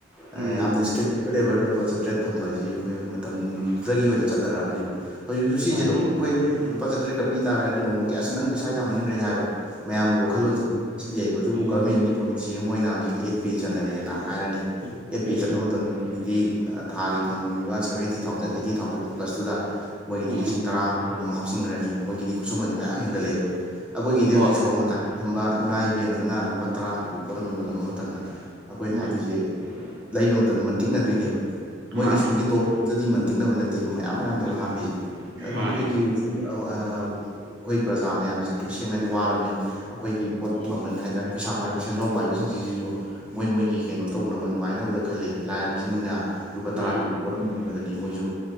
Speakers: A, in the centre; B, on the right.
A: ꯌꯥꯝꯅ
B: ꯎꯝ
A: ꯏꯁꯀꯤꯟ ꯑꯣꯏꯕ ꯂꯦꯕꯔꯗ ꯂꯨꯄꯥ ꯆꯥꯇ꯭ꯔꯦꯠ ꯊꯝ ꯕ ꯍꯥꯏꯁꯤ ꯑꯩꯈꯣꯏ ꯃꯇꯝꯗꯨꯗꯒꯤ ꯑꯣꯏꯅ ꯆꯠꯅꯔꯛꯑꯕꯅꯦꯕ ꯍꯧꯖꯤꯛꯁꯨ ꯁꯤꯁꯦ
B: ꯃꯥꯅꯦ
A: ꯑꯗꯨꯝ ꯑꯩꯈꯣꯏ ꯂꯨꯄꯥ ꯆ ꯇ꯭ꯔꯦꯠꯀꯥꯛ ꯄꯤ ꯇꯔꯗꯤ ꯅꯣꯡꯃ ꯒꯌ꯭ꯥꯁ ꯑꯁ ꯅꯪ ꯄꯩꯁꯥ ꯌꯥꯝꯃꯟꯈ꯭ꯔꯦ ꯍꯥꯏꯕ__ ꯃꯌꯥꯝꯒꯤ ꯋꯥꯈꯜꯂꯣꯟꯁꯦ
B: ꯎꯝ
A: ꯁꯤ ꯂꯩꯌꯦꯕ ꯑꯗꯨꯕꯨ
B: ꯎꯝ
A: ꯒꯃꯦꯟꯒꯤ ꯄꯣꯂꯤꯁꯤ ꯑꯃ ꯑꯣꯏꯅ ꯍꯧꯖꯤꯛ ꯑꯦꯠ ꯄꯤ ꯆꯟꯅꯔꯦꯅ ꯍꯥꯏꯔꯅꯤ꯫
B: ꯎꯝ
A: ꯑꯦꯠ
B: ꯎꯝ
A: ꯄꯦ ꯆꯠꯅꯕ ꯃꯇꯝꯗ ꯃꯣꯏꯒꯤꯗꯤ ꯊꯥꯒꯤ ꯐꯪꯉꯃꯤꯕ ꯁꯕꯦꯟꯇꯤ ꯊꯥꯎꯖꯟ ꯑꯩꯠꯇꯤ ꯊꯥꯎꯖꯟ ꯄ꯭ꯂꯁꯇꯨꯗ__ ꯃꯣꯏꯒꯤꯗꯤ
B: ꯎꯝ
A: ꯂꯤꯁꯤꯡ ꯇꯔꯥ ꯑꯃ ꯀꯨꯟ ꯑꯃ ꯍꯥꯞꯆꯤꯟꯈ꯭ꯔꯅꯤ ꯃꯣꯏꯒꯤꯗꯤ ꯈꯨꯠꯁꯨꯃꯟꯁꯦ ꯃꯌꯥꯝ ꯍꯦꯟꯒꯠꯂꯦꯕ ꯑꯩꯈꯣꯏꯒꯤꯗꯤ
B: ꯍꯣꯏ
A: ꯍꯧꯖꯤꯛ ꯁꯣꯔꯛ ꯃꯇꯝ ꯗꯨꯀꯥꯥꯟ ꯐꯝꯕ ꯏꯃꯥ ꯏꯕꯦꯟ ꯑꯃꯅ ꯂꯨꯄꯥ ꯇꯔꯥ ꯄꯤꯕ ꯄꯣꯠ ꯑꯃ ꯌꯣꯜꯂꯝꯕ ꯃꯇꯝꯗ__ ꯑꯩꯈꯣꯏꯅ
B: ꯃꯥꯅꯦ
A: ꯍꯥꯏꯗꯣꯏꯁꯦ ꯂꯩꯕ ꯃꯇꯝꯗ ꯃꯟꯇꯤꯛꯅꯗꯣꯏꯅꯦꯕ꯫ ꯃꯣꯏꯒꯤ
B: ꯃꯥꯅꯦ
A: ꯁꯨꯝꯒꯤ ꯇꯣꯂꯣꯞꯇꯨꯗꯗꯤ ꯃꯟꯇꯤꯛꯅꯕ ꯅꯠꯇꯦꯕ ꯃꯌꯥꯝ ꯃꯌꯥꯝꯅꯦꯕ
B: ꯎꯝ
A: ꯍꯥꯝꯕꯤꯁꯦ ꯑꯗꯨꯅ
B: ꯃꯥꯅꯦ
A: ꯑꯩꯈꯣꯏꯒꯤ ꯍꯧꯖꯤꯛ ꯑꯩꯈꯣꯏ ꯄ꯭ꯔꯖꯥ ꯃꯌꯥꯝꯁꯤꯡ ꯁꯦꯡꯅꯗꯤ ꯋꯥꯔꯕꯅꯤ ꯑꯩꯈꯣꯏꯒꯤ ꯄꯣꯠ
B: ꯎꯝ
A: ꯕꯟ ꯍꯥꯏꯇꯥꯔꯦ ꯄꯩꯁꯥ ꯄꯩꯁꯥ ꯄꯥꯏꯕ ꯁꯦꯟꯖꯥꯎ ꯄꯥꯏꯕꯁꯤꯡꯁꯤꯁꯨ ꯃꯣꯏ ꯃꯣꯏꯒꯤ ꯀꯩꯅꯣ ꯇꯧꯅꯕ ꯅꯨꯡꯉꯥꯏꯅꯕꯗ ꯈꯜꯂꯦ ꯂꯥꯏꯔꯕꯁꯤꯡꯅ ꯂꯨꯄꯥ
B: ꯎꯝ
A: ꯇꯔꯥ ꯄꯤꯕ ꯄꯣꯠ ꯑꯃ ꯌꯕꯗꯗꯤ ꯃꯣꯏꯁꯨ